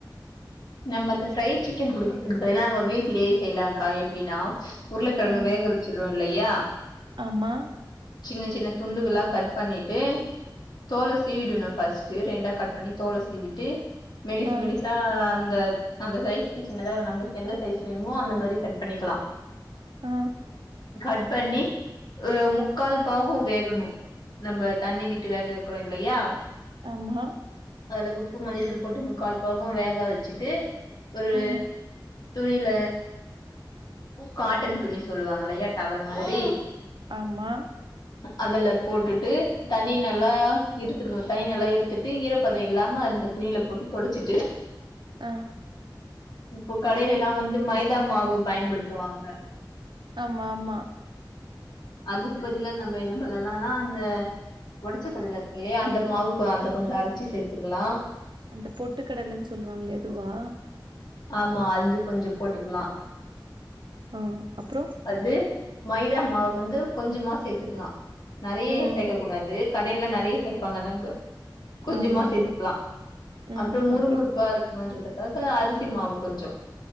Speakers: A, on the left (about 55°); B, on the right (about 70°).
A: நம்ம அந்த ஃப்ரைட் சிக்கன் குடுக்குறதுக்கு பதிலா நம்ம வீட்லயே செய்யலாம்க்கா எப்படின்னா உருளைக்கழங்க
B: ஆ
A: வேக வச்சுடுரோம் இல்லையா
B: ஆமா
A: சின்ன சின்ன துண்டுகளா கட் பண்ணிட்டு தோல சீவிடுணு பஸ்ட் ரெண்டா கட் பண்ணி தோலை சீவிட்டு மலிசு
B: ஆ
A: மலிசா அந் ந்த அந்த சைஸ்க்கு சின்னதாக நம்மளுக்கு எந்த சைஸ் வேணுமோ அந்த மாறி கட் பண்ணிக்கலா
B: ஆ
A: கட் பண்ணி முக்கால் பாகோ வேகணு நம்ம தண்ணி விட்டு வேக வைக்கிறோ இல்லயா
B: ஆமா
A: அதுல உப்பு மஞ்ச தூள் போட்டு முக்கால் பாகோ வேக வச் ச்சுட்டு ஒரு
B: ம்
A: துணில காட்டன் துணி சொல்லுவாங்கல்லையா டவல் மாரி
B: ஆமா
A: அதுல போட்டுட்டு தண்ணி நல்லா இருத்துரனு தண்ணி நல்லா இருத்துட் ட்டு ஈரப்பத இல்லாம அந்த துணில போட்டு துடச்சிட்டு
B: ஆ
A: இப்போ கடைலல்லா வந்து மைதா மாவு பயன்படுத்துவாங்க
B: ஆமா ஆமா
A: அதுக்கு பதிலா நம்ம என்ன பண் ணலல்லா அந்த உடைச்ச கடல இருக்கல்லையா அந்த மாவு அதை கொஞ்சோ அரைச்சு சேர்த்துக்கலா
B: அந்த பொட்டு கடலன்னு சொல்லுவாங்களே அதுவா
A: ஆமா அது கொஞ்சோ போட்டுக்கலா
B: ஆ அப்றோ
A: அது மைதா மாவ வந்து கொஞ்சமா சேர்த்துக்கலா நேறைய
B: ம்
A: சேக்க கூடாது கடைல்லா நேறைய சேர்பாங்க கொஞ்சமா
B: ஆமா
A: சேர்த்துக்கலா
B: ஆமா ம்
A: அப்றோ முறு
B: அப்புறோ
A: முறுப்பா இருக் பன்றதுக்காக அரிசி மாவு கொஞ்சோ